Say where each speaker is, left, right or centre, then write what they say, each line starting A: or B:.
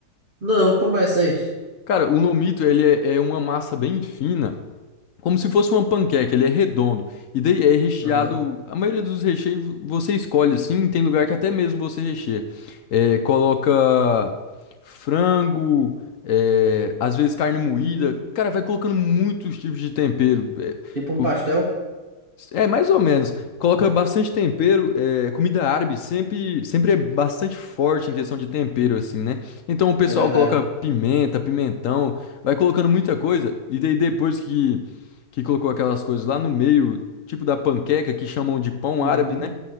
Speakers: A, on the right; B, on the left.
A: Não, começa aí.
B: Cara, o lomito, ele é é uma massa bem fina. Como se fosse uma panqueca, ele é redondo. E daí é recheado.
A: Aham.
B: A maioria dos recheios você escolhe assim. Tem lugar que até mesmo você recheia. É, coloca frango, é, às vezes carne moída.
A: Hum.
B: Cara, vai colocando muitos tipos de tempero. É,
A: Tipo
B: o-
A: um pastel,
B: é, mais ou menos. Coloca bastante tempero. é, comida árabe sempre, sempre é bastante forte em questão de tempero, assim, né? Então o pessoal
A: é verdade.
B: coloca pimenta, pimentão, vai colocando muita coisa. E daí depois que, que colocou aquelas coisas lá no meio, tipo da panqueca, que chamam de pão
A: Uhum.
B: árabe, né?